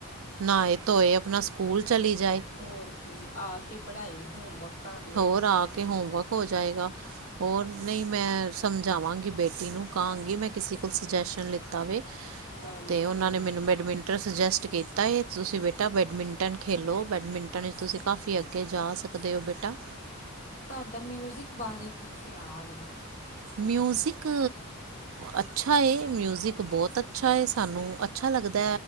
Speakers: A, on the right (about 65°); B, on the left (about 40°).
A: ਨਹਾਏ ਧੋਏ ਆਪਣਾ ਸਕੂਲ ਚਲੀ ਜਾਏ।
B: ਹੋਰ ਕੀ ਆ ਕੇ ਪੜ੍ਹਾਈ ਹੋਮਵਰਕ ਕਰ ਲਏ
A: ਹੋਰ
B: ਆਪਣਾ।
A: ਆ ਕੇ ਹੋਮਵਰਕ ਹੋ ਜਾਏਗਾ ਹੋਰ ਨਹੀਂ। ਮੈਂ ਸਮਝਾਵਾਂਗੀ ਬੇਟੀ ਨੂੰ ਕਹਾਂਗੀ ਮੈਂ ਕਿਸੇ ਕੋਲ ਸੁਜੈਸ਼ਨ ਲਿੱਤਾ ਵਵੇ ਅਤੇ
B: ਹਾਂਜੀ
A: ਉਹਨਾਂ
B: ਹਾਂਜੀ
A: ਨੇ ਮੈਨੂੰ ਬੈਡਮਿੰਟ ਅਸੀ ਸੁਜੈਸਟ ਕੀਤਾ ਹੈ ਤੁਸੀਂ ਬੇਟਾ ਬੈਡਮਿੰਟਨ ਖੇਲੋ ਬੈਡਮਿੰਟਨ ਵਿੱਚ ਤੁਸੀਂ ਕਾਫੀ ਅੱਗੇ ਜਾ ਸਕ ਕਦੇਓ ਬੇਟਾ
B: ਤੁਹਾਡਾ ਮਿਊਜ਼ਿਕ ਬਾਰੇ ਕੀ ਖਿਆਲ ਏ।
A: ਮਿਊਜ਼ਿਕ ਅੱਛਾ ਹੈ ਮਿਊਜ਼ਿਕ ਬਹੁਤ ਅੱਛਾ ਹੈ ਸਾਨੂੰ ਅ ਅੱਛਾ ਲੱਗਦਾ